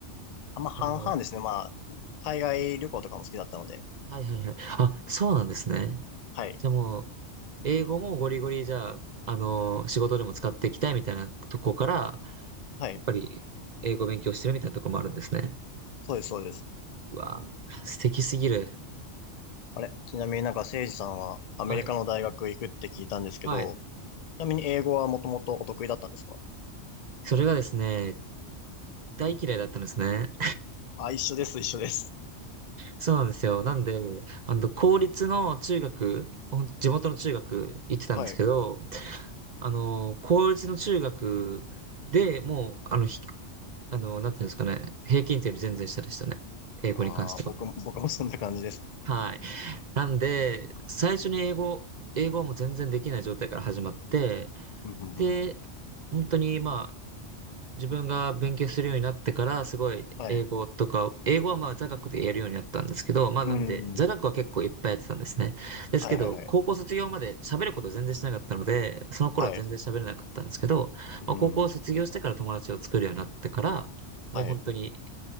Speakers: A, on the left; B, on the right.
A: あんま半々ですね。
B: あの、
A: まあ、海外旅行とかも好きだったので。
B: はいはいはい。あ、そうなんですね。
A: はい。
B: じゃあもう、英語もゴリゴリじゃあ、あの、仕事でも使っていきたいみたいなとこから、や
A: はい。
B: っぱり英語勉強してるみたいなとこもあるんですね。
A: そうです、そうです。
B: うわ、素敵すぎる。
A: あれちなみになんか、誠司さんはアメリカの大学行くって聞いたんですけど、
B: はい。はい。
A: ちなみに英語はもともとお得意だったんですか
B: それがですね、大嫌いだったんですね。
A: あ、一緒です、一緒です。
B: そうなんですよ。なんで、あの、公立の中学、ほん地元の中学行ってたんですけど、
A: はい。
B: あの、公立の中学でもう、あの、ひ、あの、なんていうんですかね、平均点より全然下でしたね。英語に関しては。
A: ああ、僕も、僕もそんな感じです。
B: はい。なんで、最初に英語、英語はもう全然できない状態から始まって、
A: うん、うん、
B: で、
A: うん。
B: 本当に、まあ、自分が勉強するようになってから、すごい英語とか、
A: はい。
B: 英語はまあ座学でやるようになったんですけど、まあなんで、
A: うん。
B: 座学は結構いっぱいやってたんですね。ですけど、
A: はい、はい、はい。
B: 高校卒業まで喋ること全然しなかったので、その頃は全然喋れなかったんですけど、
A: はい。うん。
B: まあ高校卒業してから友達を作るようになってから、もう本当に
A: はい。